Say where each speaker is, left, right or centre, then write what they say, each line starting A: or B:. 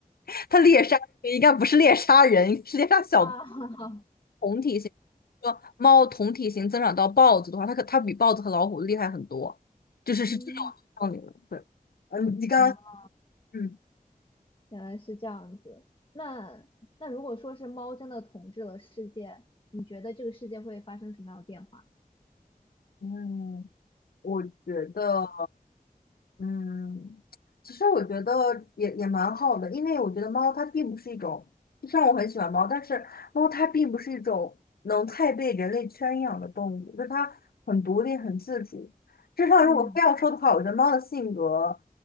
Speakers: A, on the left; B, on the left.
A: <laughs> 他猎杀应该不是猎杀人，是猎杀小
B: 啊，<laughs>
A: 同体型。说猫同体型增长到豹子的话，它可它比豹子和老虎厉害很多，就是是这种道理了对，
B: 嗯，
A: 嗯，你刚刚，
B: 啊，
A: 嗯
B: 原来是这样子。那那如果说是猫真的统治了世界，你觉得这个世界会发生什么样的变化？
A: 嗯，我觉得。嗯，其实我觉得也也蛮好的，因为我觉得猫它并不是一种，虽然我很喜欢猫，但是猫它并不是一种能太被人类圈养的动物，就是它很独立、很自主。至少如果非要说的话，
B: 嗯
A: 我觉得猫的性格